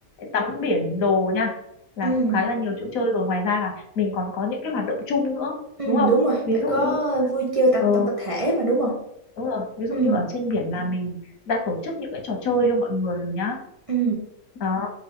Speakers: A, on the left; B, on the right.
A: tắm biển đồ nha là
B: ừ ừ
A: khá là nhiều chỗ chơi rồi ngoài ra là mình còn có những cái hoạt động chung nữa
B: ừ,
A: đúng không
B: đúng rồi
A: ví
B: phải
A: dụ
B: có
A: như
B: vui chơi tập
A: ờ,
B: tập tập thể mà đúng không
A: đúng rồi ví dụ
B: ừ
A: như ở trên biển là mình đã tổ chức những cái trò chơi cho mọi người rồi nhá
B: ừ
A: đó